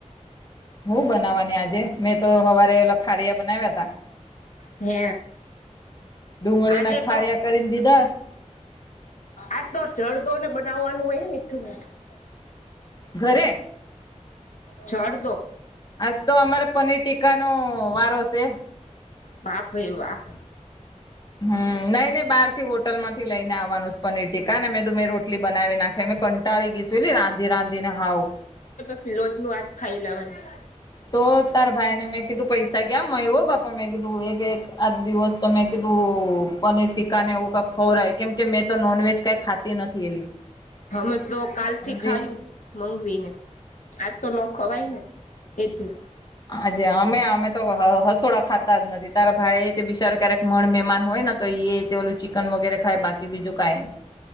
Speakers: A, on the left; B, on the left.
A: હું બનાવવાની આજે મેં તો હવારે ઓલા ખારીયા બનાવ્યા તા.
B: હે
A: ડુંગળીના
B: આજે
A: ખાર્યા
B: તો
A: કરીને દીધા-
B: આ તો જડદો ને બનાવવાનું હોયને મીઠું મીઠું-
A: ઘરે-
B: જડદો?
A: આજ તો અમારે પનીર ટીકા નો વારો સે.
B: વાહ ભાઈ વાહ!
A: હમ નહી નઈ બહારથી હોટલ માંથી લઈને આવવાનું પનીર ટીકા મેક મે રોટલી બનાવી નાખે- કંટાળી ગીશુ લી રાંધી રાંધિને હાવ.
B: રોજ નું આજ ખાઈ લેવાય.
A: તો તાર ભાઈને મેં કીધું પૈસા ગયા મ હો બાપા મેં કીધું એક એક આ દિવસ- તો મેં કીધું પનીર ટીકા ને એવું કક ખવરાય કેમ કે મેં તો નોનવેજ કઈ ખાતી નથી એલી.
B: અમે તો કાલ
A: હમજી
B: થી ખાયું મનગવીને આજ તો નો ખવાય ને. એટલે.
A: હજે અમે અમે તો હસોડા ખાતા જ નથી તારા ભાઈ તે બિચારો ક્યારેક મન મહેમાન હોય ને તો એ- તે ઓલું ચિકન વગેરે ખાય બાકી બીજું કઈ -